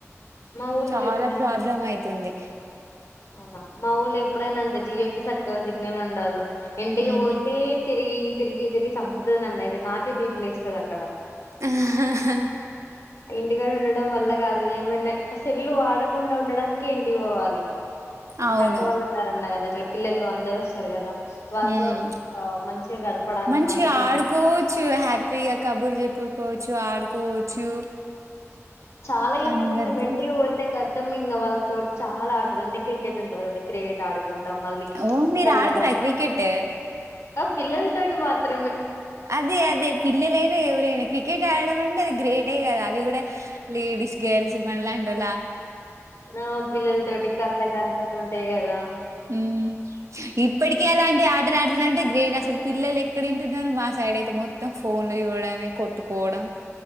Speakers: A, on the left; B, on the right.
A: మా ఊర్లో
B: చాలా
A: ఎప్పుడైనా
B: ప్రాబ్లం అయితుంది
A: అవునా మా ఊళ్ళో ఎప్పుడైనా అంతే జియో క చక్కగా సిగ్నల్ ఉండదు ఇంటికి
B: ఉహు
A: పోతే తిరిగి తిరిగి తిరిగి చంపుతుంది అన్నయితే నాకే బీబ లే వస్తుది అక్కడ
B: ఆ హ హ
A: ఇగ ఉండడం వల్ల కాదు ఏమైనా సెల్లు వాడకుండా ఉండడానినికి ఇంటి పోవాలి అంటే
B: అవును.
A: అక్క వాళ్ళు ఉన్నారు అన్న కదా అట్లా పిల్లలు అందరు వస్తారు కదా వాళ్ళతో
B: మ్
A: ఆ మంచిగా గడపడానికి
B: మంచిగా
A: మాత్రమే
B: ఆడుకోవచ్చు హ్యాపీగా కబుర్ల్ చెప్పుకోవ చ్చు ఆడుకోవచ్చు
A: చాలా చేప్పుకుంటమ్
B: అందరితో.
A: ఎంటికి పోతే గతం ఇన్న వాళ్ళతో చాలా ఆటలు అంటే క్రికెట్ ఉంటారు కదా క్రికెట్ ఆడు కుంటామ్ మళ్ళీ
B: ఓహ్! మీరు
A: కల్లగా
B: ఆడతారా క్రికెట్?
A: ఆ పిల్లలతోటి మాత్రం
B: అదే అదే పిల్లలైనా ఎవరైనా క్రికెట్ ఆడమంటే అది గ్రేట్ దే కదా అది కూడా లేడీస్ గేల్స్ మళ్ళా అంటారు.
A: నావ పిల్లల్ తోటి కల్లగంఅంతలు ఉంటయి గదా
B: ఉ ఇప్పటిక అలాంటి ఆటలు ఆడుతున్నార అంటే గ్రేట్ అసలు పిల్లలు ఇక్కడే ఎంట్ <inaudible> టరం మా సైడ్ అయితే మొత్తం ఫోన్లు ఇవ్వడమే కొట్టుకోవడం